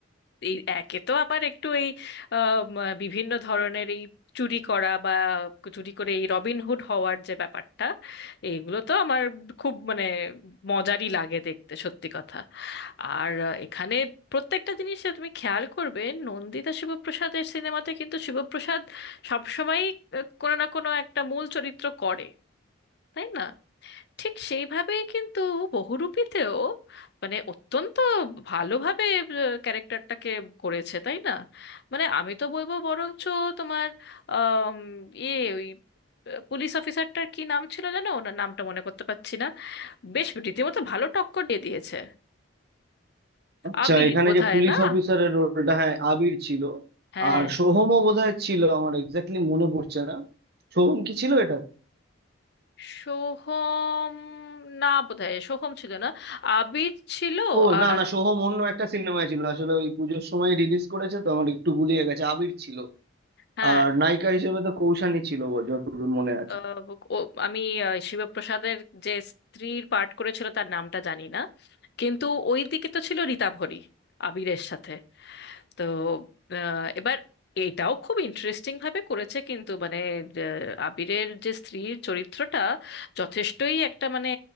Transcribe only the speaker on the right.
আচ্ছা
এখানে
যে পুলিশ
অফিসারের রোলটা হ্যাঁ আবির ছিল
আর সোহমও বোধহয় ছিল আমার এক্স্যাক্টলি মনে পড়ছে না সোহম কি ছিল এটা
ও
না না সোহম অন্য একটা সিনেমায় ছিল আসলে ওই পুজোর সময় রিলিজ করেছে তো আমার একটু গুলিয়ে গেছে আবির ছিল
আর নায়িকা হিসেবে তো কৌশানী ছিল বো- যতদূর মনে আছে